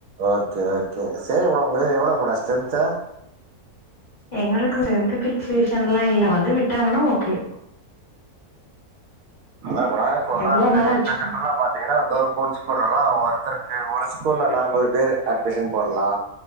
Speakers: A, on the right; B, on the left.
A: ஓகே ஓகே சரி மேடொ உங்களுக் எவ்ளோ மேடொ ஸ்ட்ரென்து
B: எங்களுக்கு எந்த பிக்சேஷன்லா இல்ல வந்து விட்டாங்னா ஓகே
A: அதா மேடொ இப்போ வந்து
B: எவ்ளோ
A: எங்களுக்கு
B: வேணாலு வச்சுக்க
A: எங்க சென்ட்ர்ல்லா பாத்தீங்ன்னா கவர்மெண்ட் ஸ்கூல்லா ஒருத்தருக்கு ஒரு ஸ்கூல்ல நாப்பது பேரு அட்மிஷ போட்லா